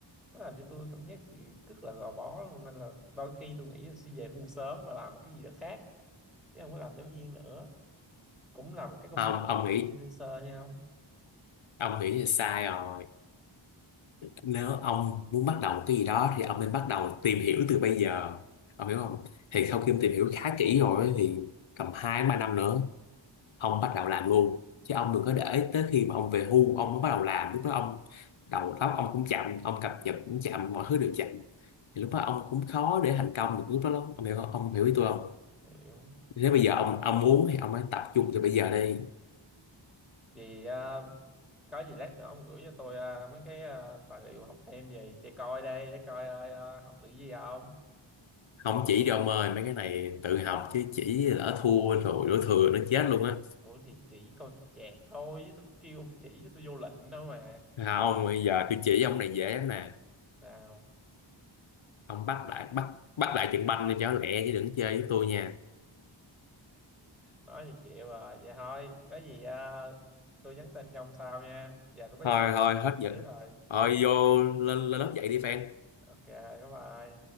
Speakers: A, in the centre; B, on the left.
A: nó làm cho tôi cảm giác bị rất là gò bó luôn nên là đôi khi tôi nghĩ là sẽ về hưu sớm và làm cái gì đó khác chứ không có làm giáo viên nữa cũng là một cái
B: <laughs>
A: công
B: không
A: việc
B: ông nghĩ
A: freelancer nha không
B: ông nghĩ là sai rồi nếu ông muốn bắt đầu một cái gì đó thì ông nên bắt đầu tìm hiểu từ bây giờ ông hiểu không thì sau khi ông tìm hiểu khá kỹ rồi ấy, thì tầm hai ba năm nữa ông bắt đầu làm luôn chứ ông đừng có để tới khi mà ông về hưu ông mới bắt đầu làm lúc đó ông đầu óc ông cũng chậm ông cập nhật cũng chậm mọi thứ đều chậm thì lúc đó ông cũng khó để thành công được lúc đó lắm ông hiểu không ông hiểu ý tôi không
A: hiểu
B: nếu bây giờ ông ông muốn thì ông hãy tập trung từ bây giờ đi
A: vậy à, có gì lát nữa ông gửi cho tôi à, mấy cái à, tài liệu học thêm về chơi coi đây để coi à, à, học được gì không
B: không chỉ cho ông ơi mấy cái này tự học chứ chỉ lỡ thua rồi đổ thừa nó chết luôn á
A: ủa thì chỉ coi chẹt thôi chứ tôi có kêu ông chỉ cho tôi vô lệnh đâu mà
B: À, ông bây giờ tôi chỉ ông này dễ lắm nè
A: sao
B: ông bắt lại bắt bắt lại trận banh đi cho nó lẹ chứ đừng chơi với tôi nha
A: nói gì chịu rồi vậy thôi có gì ờ, tôi nhắn tin cho ông sau nha giờ tôi có
B: thôi
A: việc
B: thôi
A: phải
B: hết
A: đi
B: giờ
A: trước rồi
B: thôi vô lên lên lớp dạy đi fan
A: ok bye bye